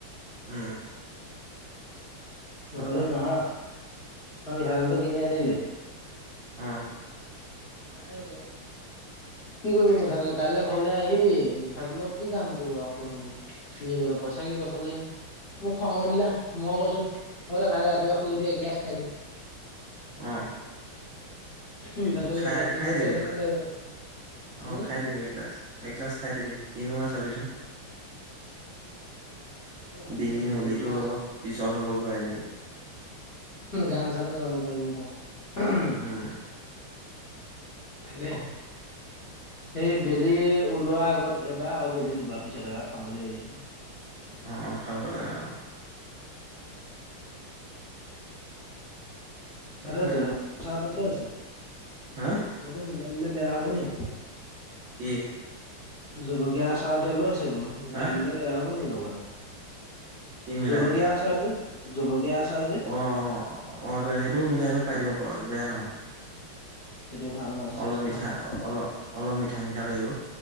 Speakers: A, on the right; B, on the left.
A: উম।
B: মই
A: তাৰপা
B: বোলো নহয় মই মিঠাতেলটো কিনি আনিলোৱে।
A: অ
B: মায়ে কৈছে। কি কৰিবি মিঠাতেল কাইলৈ ঘৰলে আহিবিয়ে মিঠাতেলৰ কি কাম তোৰ আকৌ এনে। কিনিবলৈ পইচা কি গছত লাগিছে নি। মোক খং উঠিলে মই কৈছো হ'ব দে কালিলৈ ৰাতিপুৱা শুই উঠি এগিলাছ খাই দিম।
A: অ
B: মিঠাতে
A: খাই
B: এগিলাচ
A: খাই
B: এনেই
A: দিবি
B: পেলানি
A: এবাৰ
B: নাযায়।
A: অ'
B: উম
A: খাই দিবি এগিলাছ এগিলাছ খাই দিবি কিনো হয় চাবিচোন।
B: এ ভাবিছো
A: ডিঙি
B: বেলি
A: নলিটো
B: ডোবা
A: অলপ পিছল হ'ব পাৰে এনেকে।
B: গান চানো গাব পাৰিব বাৰু।
A: উম।
B: তাকেহে, এই। বেলি ওলোৱাৰ আগত এবাৰ আৰু বেলি ডুবোৱাৰ পিছত এবাৰ খাম বুলি আহিছোঁ।
A: উম খাব লাগে অ'। তাকে
B: তাতে জল চাহতে লৈ আছে।
A: হাউম।
B: লগতে মিলাই দিলে বেয়া হবনি?
A: কি?
B: জলকীয়া আচাৰৰ তেলো আছে বোলো মিলাই
A: হা
B: দিলে বেয়া হ'ব নি লগতে।
A: কি মিলাই
B: জলকীয়া
A: দিলে
B: আচাৰ যে, জলকীয়া আচাৰ যে।
A: অ' অ' অ' সেইটো মিলাই লৈ খাই দিব পাৰ এইটো বেয়া নহয়।
B: সেইটো ভাল ন। স্বাস্থ্যৰ
A: অলপ মিঠা
B: কাৰণে
A: অলপ অলপ মিঠা মিঠা লাগিব।